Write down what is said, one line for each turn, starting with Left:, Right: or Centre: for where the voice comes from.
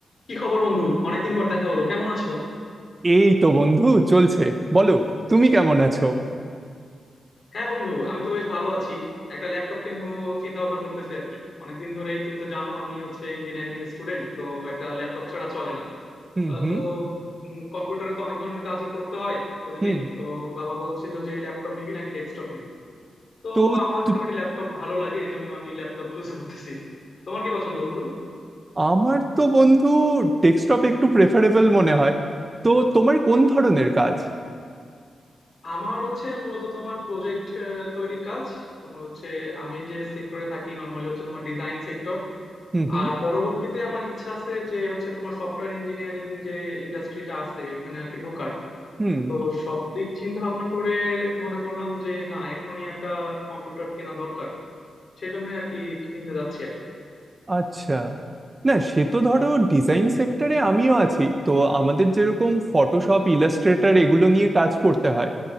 Left: কি খবর বন্ধু অনেকদিন পর দেখা হলো কেমন আছো
Right: এই তো বন্ধু চলছে বলো তুমি কেমন আছো
Left: হ্যাঁ বন্ধু আমি তো বেশ ভালো আছি একটা ল্যাপটপ কিনবো চিন্তা ভাবনা করতেছি আর কি অনেকদিন ধরেই তুমি তো জানো আমি হচ্ছে ইঞ্জিনিয়ারিং এর স্টুডেন্ট তো একটা ল্যাপটপ ছাড়া চলে না
Right: হুম
Left: আহ,
Right: হুম
Left: তো কম্পিউটারে তো অনেক ধরনের কাজই করতে হয় প্রতিদিন
Right: হুম
Left: তো বাবা বলছিল যে ল্যাপটপ নিবি নাকি ডেস্কটপ নিবি তো
Right: তো
Left: আমার
Right: তু-
Left: মোটামুটি ল্যাপটপ ভালো লাগে এই জন্য আমি ল্যাপটপ চুজ করতেছি তোমার কি পছন্দ বন্ধু
Right: আমার তো বন্ধু ডেস্কটপ একটু প্রেফারেবল মনে হয় তো তোমার কোন ধরনের কাজ
Left: আমার হচ্ছে মূলত তোমার প্রজেক্ট তৈরির কাজ তোমার হচ্ছে আমি যে সেক্টরে থাকি নর্মালি হচ্ছে তোমার ডিজাইন সেক্টর
Right: হুম হুম
Left: আর পরবর্তীতে আমার ইচ্ছা আছে যে হচ্ছে তোমার সফটওয়্যার ইঞ্জিনিয়ারিং যে ইন্ডাস্ট্রিটা আছে ওইখানে আর কি ঢোকার
Right: হুম
Left: তো সব দিক চিন্তা ভাবনা করে মনে করলাম যে না এখনই একটা কম্পিউটার কেনা দরকার সেজন্য আর কি কিনতে যাচ্ছি আর কি
Right: আচ্ছা না সে তো ধরো ডিজাইন সেক্টরে আমিও আছি তো আমাদের যেরকম ফটোশপ ইলাস্ট্রেটর এগুলো নিয়ে কাজ করতে হয়